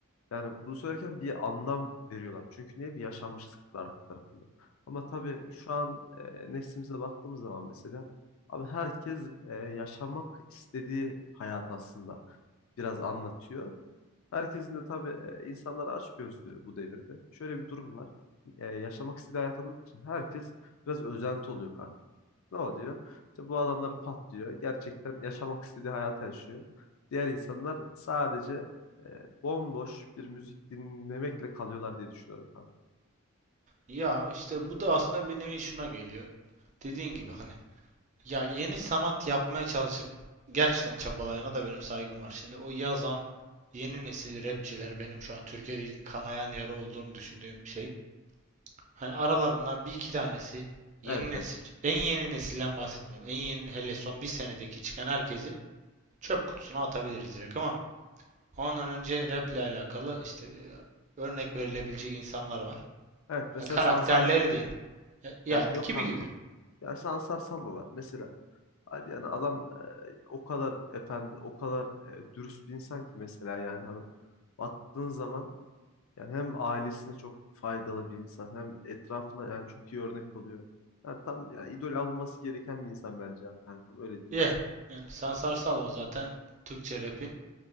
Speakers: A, on the left; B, on the right.
A: Yani bunu söylerken bir anlam veriyorlar. Çünkü niye? Bir yaşanmışlık var arka tarafında. Ama tabii şu an e, neslimize baktığımız zaman mesela abi herkes e, yaşamak istediği hayat aslında biraz anlatıyor. Herkesin de tabii e, insanlar açgözlü bu devirde. Şöyle bir durum var. E, yaşamak istediği hayat anlattığı için herkes biraz özenti oluyor ne oluyor? İşte bu adamlar patlıyor. Gerçekten yaşamak istediği hayatı yaşıyor. Diğer insanlar sadece e, bomboş bir müzik dinlemekle kalıyorlar diye düşünüyorum kanka.
B: Ya işte bu da aslında bir nevi şuna geliyor. Dediğin gibi hani ya yeni sanat yapmaya çalışıp gerçekten çabalayana da benim saygım var. Şimdi o yazan yeni nesil rapçiler benim şu an Türkiye'deki kanayan yara olduğunu düşündüğüm şey. Hani aralarından bir iki tanesi yeni
A: Evet
B: nesil.
A: evet.
B: En yeni nesilden bahsetmiyorum. En yeni hele son bir senedeki çıkan herkesi çöp kutusuna atabiliriz direkt ama ondan önce rap ile alakalı işte e, örnek verilebilecek insanlar var.
A: Evet mesela
B: Ya karakterleri
A: Sansar
B: değil. Ya, ya
A: ya yok
B: gibi
A: kankam.
B: gibi.
A: Ya Sansar Salvo var mesela. Abi yani adam e, o kadar efendi, o kadar e, dürüst bir insan ki mesela yani hani baktığın zaman Yani hem ailesine çok faydalı bir insan hem etrafına yani çok iyi örnek oluyor. Yani tam yani idol alınması gereken bir insan bence yani kankam öyle diyeyim
B: Ya,
A: ben sana.
B: yani Sansar Salo zaten Türkçe rap'in